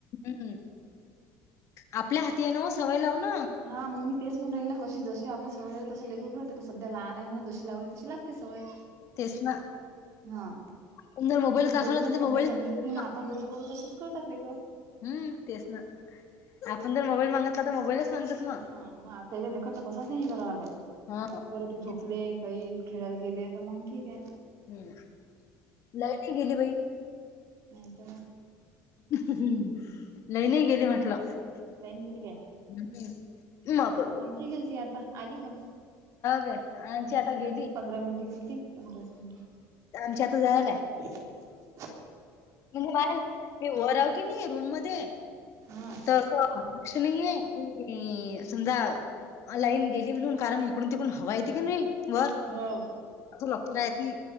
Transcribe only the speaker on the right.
हा मग मी तेच म्हणू ऱ्हायल कशी जशी आपण सवय लावू तशी लेकरू घडते, ते सध्या लहान हाय म्हणून जशी लावेल तशी लागते सवय.
हा
ते ले
पण सध्या
समजून
ते ना आपण जसं करू, तसच करतात लेकर.
हा मग त्याच्या देखत, तर कसाच नाही करा लागत,
बर ते झोपले
काही खेळायला गेले तर मंग ठीक हाय.
नाहीतर काय?
लाईन गेली काय?
आणख गेलती आता आली पण.
ह्
तरी पंधरा मिनिट गेलती. पधरा
प
हा
हो